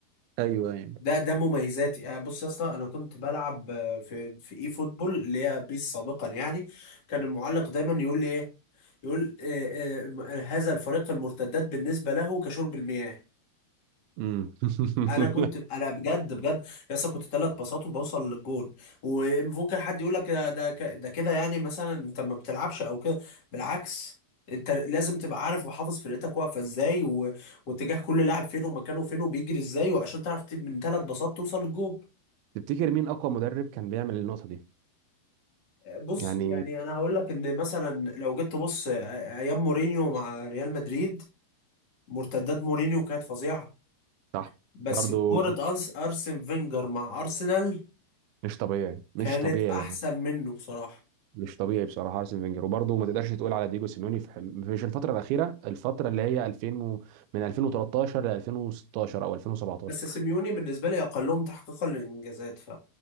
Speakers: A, on the right (about 80°); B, on the left (about 30°).
A: ايوه يعني
B: ده ده مميزاتي يعني بص يا اسطى انا كنت بلعب آه، في في اي فوتبول اللي هي بيس سابقا يعني كان المعلق دايما يقول لي ايه يقول آه، آه، هذا الفريق المرتدات بالنسبه له كشرب المياه
A: امم <laughs>
B: انا كنت انا بجد بجد يا اسطى كنت ثلاث باصات وبوصل للجون وممكن حد يقول لك ده ده ك- ده كده يعني مثلا انت ما بتلعبش او كده بالعكس انت لازم تبقى عارف وحافظ فرقتك واقفه ازاي و... واتجاه كل لاعب فين ومكانه فين وبيجري ازاي وعشان تعرف ت- من ثلاث باصات توصل للجون
A: تفتكر مين اقوى مدرب كان بيعمل النقطه دي
B: بص
A: يعني
B: يعني انا هقول لك ان مثلا لو جيت تبص أ- ايام مورينيو مع ريال مدريد مرتدات مورينيو كانت فظيعه
A: صح
B: بس
A: برضو
B: كوره أنس ارسن فينجر مع ارسنال
A: مش طبيعي مش
B: كانت
A: طبيعي
B: احسن
A: يا جماعه
B: منه بصراحه
A: مش طبيعي بصراحه ارسن فينجر وبرضه ما تقدرش تقول على ديجو سيميوني في مش الفتره الاخيره الفتره اللي هي 2000 و... من 2013 ل 2016 او 2017
B: بس سيميوني بالنسبه لي اقلهم تحقيقا للانجازات ف